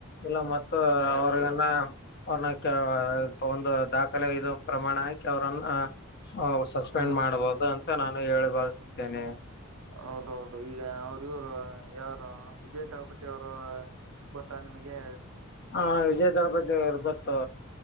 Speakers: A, on the left; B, on the right.
A: ಇಲ್ಲ ಮತ್ತು
B: ಹೌದೌದು
A: ಅವ್ರನ್ನ ಅವರ್ನ ಕೆಲ ಒಂದು ದಾಖಲೆ ಇರುವ ಪ್ರಮಾಣ ಆಕಿ ಕಿ ಅವ್ರನ್ನ ಸಸ್ಪೆಂಡ್
B: ಹ್ಮ್
A: ಮಾಡ್ಬಹುದು ಅಂತ ನಾನು ಹೇಳಿ ಬಾಗಿಸುತ್ತೆನೆ
B: ಹೌದೌದು ಈಗ ಅವ್ರ ಇವರು ಹೇಳೋದೂ ವಿಜಯ ದಳಪತಿ ಅವರು ಗೊತ್ತಾ ನಿಮ್ಗೆ
A: ಹಾ ವಿಜಯ ದಳಪತಿಯವರು ಗೊತ್ತು.